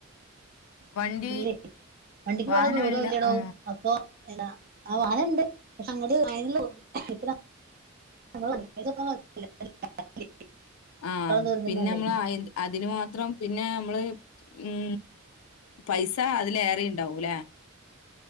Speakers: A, on the left; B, on the right.
A: വണ്ടി
B: ഇല്ല വണ്ടിക്ക്
A: വാഹനം
B: പോണേ ദൂരവും
A: വരൂല
B: ഇല്ലടോ
A: ആ
B: അപ്പൊ ആ വാനുണ്ട് പക്ഷെ അങ്ങോട്ട <unintelligible> ഇത്ര <unintelligible>
A: ആഹ്
B: ദൂരം
A: പിന്നെ
B: തന്നെയുള്ളേ
A: നമ്മൾ അതിന് മാത്രം പിന്നെ നമ്മള് ഉം പൈസ അതിലേറെുണ്ടാവൂല്ലേ